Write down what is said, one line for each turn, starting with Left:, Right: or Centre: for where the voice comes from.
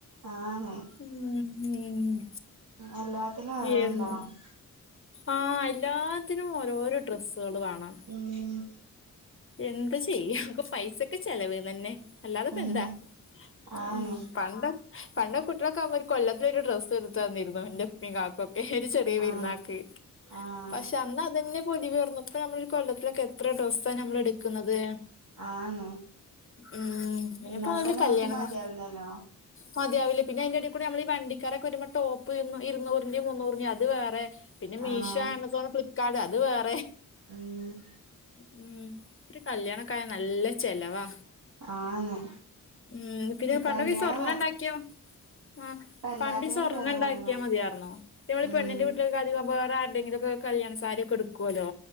Right: ആന്ന്
Left: ഉം ഉം
Right: എല്ലാത്തിനും ഓരോന്നുണ്ടാവും
Left: ഏഹ് ആ എല്ലാത്തിനും ഓരോരോ ഡ്രെസ്സുകള് വേണം
Right: മം
Left: എന്ത് ചെയ്യാഒക്കും പൈസേക്ക് ചെലവ് തന്നെ അല്ലാത്പ്പ
Right: ഉം
Left: എന്താ
Right: ആന്ന്
Left: ഉം പണ്ട് പണ്ട് കുട്ട്യോളക്കെ ആകുമ്പോ ഒരു കൊല്ലത്തിലൊരു ഡ്രസ്സ് എടുത്ത് തന്നിരുന്നു എന്റെ ഉപ്പേം കാക്കൊക്കെ ഇന്റെ ചെറു വേ പെരുന്നാക്ക്
Right: ആഹ് ആഹ്
Left: പക്ഷെ അന്ന് അതന്നെ പൊലിവേർന്ന് ഇപ്പൊ ഞമ്മളൊര് കൊല്ലത്തിലെക്കെ എത്ര ഡ്രസ്സ് ഇപ്പ ഞമ്മള് എടുക്കുന്നത്
Right: ആന്ന്
Left: ഉം ഇനീപ്പോ
Right: എന്നാ
Left: അതില്
Right: തന്നെ നമുക്ക്
Left: കല്യാണങ്ങള
Right: മതിയാവില്ലല്ലോ
Left: മതിയാവുല്ല പിന്നെ അതിന്റെടേ കൂടെ ഞമ്മള് ഈ വണ്ടിക്കാരൊക്കെ വരുമ്പോ ടോപ്പ് ഇന്ന് ഇരുന്നൂറിന്റെ മുന്നൂറിന്റെ അത് വേറെ പിന്നെ മീശ്
Right: ആഹ്
Left: ആമസോണ്, ഫ്ലിപ്പ്കാർട് അത് വേറെ
Right: ഉം
Left: ഉം ഒരു കല്യാണക്കായ നല്ല ചെലവാ
Right: ആന്ന്
Left: ഉം പിന്നെ പണ്ടോക്ക
Right: കല്യാണം
Left: ഈ സ്വർണ്ണം
Right: മ
Left: ഉണ്ടാക്കിയോ ആ
Right: ഇപ്പ എല്ലാത്തിനും
Left: പണ്ട് ഈ സ്വർണ്ണം
Right: ചെലവാണല്ലോ
Left: ഉണ്ടാക്കിയാ മതിയാർന്നൂ ഇപ്പ നമ്മളീ
Right: ഉം
Left: പെണ്ണിന്റെ വീട്ടില പ്പ അധികം വേറെ ആരുടേങ്കിലൊക്ക കല്യാണ സാരി ഒക്കെ ഉടുക്കോല്ലോ